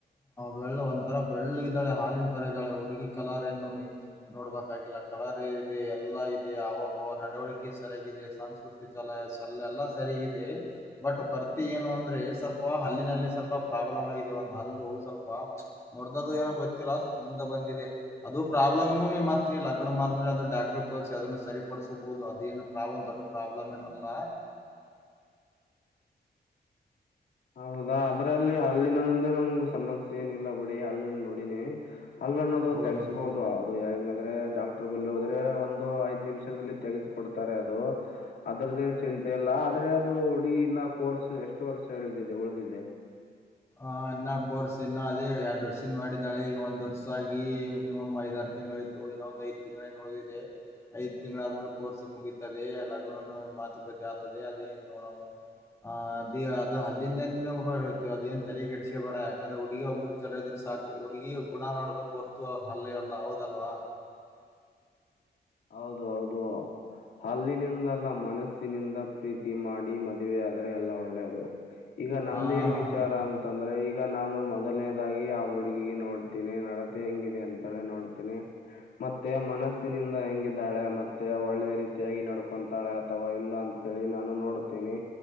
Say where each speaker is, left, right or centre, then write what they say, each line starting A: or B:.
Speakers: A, on the left; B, on the left.
A: ಬೆಳ್ಳ ಒಂಥರ ಬೆಳ್ಳ್ದಾಳೆ ಹಾಲಿನ ತರ ಇದ್ದಾಳೆ ಹುಡ್ಗಿ ಕಲರ್ ಏನು ನೀ ನೋಡ್ಬೇಕಾಗಿಲ್ಲ ಕಲರ್ ಇದೆ ಎಲ್ಲಾ ಇದೆ ಅವಾವಬ್ಬ ನಡವಳಿಕೆ ಸರಿಯಾಗಿದೆ ಸಂಸ್ಕೃತಿ ಚಲ ಎಲ್ಲ ಎಲ್ಲಾ ಸರಿಯಾಗಿದೆ ಬಟ್ ಕೊರ್ತಿ ಏನು ಅಂದ್ರೆ ಸ್ವಲ್ಪ ಹ ಹಲ್ಲಿನಲ್ಲಿ ಸ್ವಲ್ಪ ಪ್ರಾಬ್ಲಮ್ ಆಗಿದೆ ಒಂದು ಹಲ್ಲು ಸ್ವಲ್ಪ ಮುರಿದದು ಏನೋ ಗೊತ್ತಿಲ್ಲ ಸ್ವಲ್ಪ ಮುಂದೆ ಬಂದ ಅದು ಪ್ರಾಬ್ಲಮ್ನು ನೀ ಮತ್ತ ನೀ ಲಗ್ನ ಮಾಡ್ಮೇಲೆ ಅದು ಡಾಕ್ಟರ್ ತೋರಿಸಿ ಅದನ್ನು ಸರಿಪಡಿಸಬಹುದು ಅದೇನು ರಾಂತ ತಟ <inaudible> ಪ್ರಾಬ್ಲಮೇಏನ ಅಲ್ಲ
B: ಹೌದಾ ಅದ್ರಲ್ಲಿ ಅಲ್ಲಿನ ನಂಗ ನಂಗ ಸಮಸ್ಯೆ ಏನ ಇಲ್ಲ ಬಿಡಿ ಅಲ್ಲಲ್ಲಿ ನೋಡಿನಿ ಅಲ್ಲ ಅನ್ನೋದು
A: ಹೌದೌದು
B: ತೆಗಸಬಹುದು ಅದು ಡಾಕ್ಟರ್ ಬಲ್ಲಿ ಹೋದ್ರೆ ಒಂದು ಐದ್ ನಿಮಿಷದಲ್ಲಿ ತೆಗೆಸಕ ಕೊಡ್ತಾರೆ ಅದು ಅದ್ರದೇಏನು ಚಿಂತೆ ಇಲ್ಲ ಆದ್ರೆ ಅದು ಹುಡುಗ ಇನ್ನ ಕೋರ್ಸ್ ಎಷ್ಟು ವರ್ಷ ಳದಿದೆ ಉಳಿದಿದ್ದಿದೆ
A: ಆ ಇನ್ನ ಕೋರ್ಸ್ ಇನ್ನ ಅದೇ ಎರಡ್ ವರ್ಷಿಂದ ಮಾಡಿದಾಳೆ ಈಗ ಒಂದ್ ವರ್ಷ ಆಗಿ ಮಿನಿಮಮ್ ಐದ ಆರ್ ತಿಂ್ ಆಯತು ಇನ್ನ ಒಂದ್ ಐ್ ತಿಂಗಳೇ ನೋಡಿದೆ ಐದ್ ತಿಂಗಳ ಆದ್ಮೇಲೆ ಕೋರ್ಸ್ ಮುಗತದೆ ಲಗುನ ಮಾತುಕತೆ ಆಗ್ತದೆ ಅದೇ ನೋಡೋಣ ಅ ಅ ಅದು ಅಲ್ಲಿಂದ ಇ ಅದನ್ ಚಲೆ ಕೆಡಸ ಬೇಡ ಯಾಕಂದ್ರೆ ಹುಡುಗಿಯ ಒಬ್ರು ಚಲೋ ಇದ್ರು ಸಾಕು ಹುಡುಗಿ ಗುಣ ನೋಡ್ಬೇಕು ಹೊರ್ತು ಅವ್ರ ಹಲ್ಲೆ ಅಲ್ಲ ಹೌದಲ್ವಾ
B: ಹೌದು ಹೌದು ಅಲ್ಲಿನಿಂದ ಅಲ್ಲ ಮನಸ್ಸಿನಿಂದ ಪ್ರೀತಿ ಮಾಡಿ ಮದುವೆ ಆದರೆ ಎಲ್ಲ ಒಳ್ಳೇದು ಈಗ ನಂದ
A: ಹ
B: ಏನ್
A: ಹಾ
B: ವಿಚಾರ ಅಂತಂದ್ರೆ ಈಗ ಈಗ ನಾನು ಮೊದಲನೇದಾಗಿ ಆ ಹುಡುಗಿಗೆ ನೋಡ್ತೇನಿ ನಡತೆ ಹೆಂಗಿದೆ ಅಂತಳೆ ನೋಡ್ತೀನೆ ಮತ್ತೆ ಮನಸ್ಸಿನಿಂದ ಹೆ ಾಳೆ ಮತ್ತೆ ಒಳ್ಳೆ ರೀತಿಯಾಗಿ ನಡ್ಕೊಂತಾಳೆ ಅಥವಾ ಇಲ್ಲ ಅಂತೇಳಿ ನಾನು ನೋಡ್ತೀನಿ